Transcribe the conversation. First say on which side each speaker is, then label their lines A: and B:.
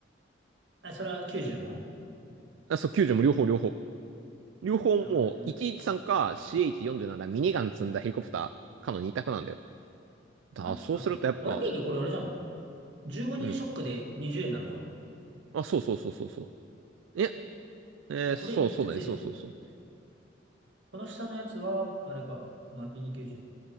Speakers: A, on the right; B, on the right.
A: あ、それは90も
B: あ、そう、90も両方両方。両方もう113か
A: なるほどね。
B: CH47 だ、ミニガン積んだヘリコプターかの2択なんだよ。だからそうするとやっぱ、
A: 待って、あ、r p ニこれあれじゃん。15人ショックで20円なのか。
B: うん。あ、そうそうそうそうそう。え、
A: え、
B: えーそう、
A: あ、これめっちゃ強いじゃん。
B: そうだね、そうそうそう。
A: この下のやつは、あれか。RP2 90。